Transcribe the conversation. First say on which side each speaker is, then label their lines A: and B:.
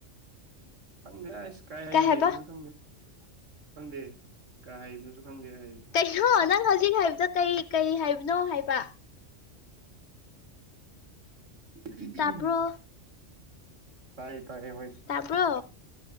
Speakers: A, on the right; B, on the left.
A: ꯈꯪꯗꯦ ꯏꯁ ꯀꯥꯏ ꯀꯥꯏꯗ
B: ꯀꯩ ꯍꯥꯏꯕ
A: ꯂꯩꯕꯅꯣ ꯈꯪꯗꯦ꯫ ꯈꯪꯗꯦ ꯀꯍꯥꯏꯗꯨꯁꯨ ꯈꯪꯗꯦ ꯍꯥꯏꯌꯦ꯫
B: ꯊꯨ ꯅꯪ ꯍꯧꯖꯤꯛ ꯍꯥꯏꯕꯗꯣ ꯀꯩ ꯀꯩ ꯍꯥꯏꯕꯅꯣ ꯍꯥꯏꯕ꯫
A: <unintelligible>
B: ꯇꯥꯕ꯭ꯔꯣ
A: ꯐꯔꯦ ꯐꯔꯦꯕ꯫
B: ꯇꯥꯄ꯭ꯔꯣ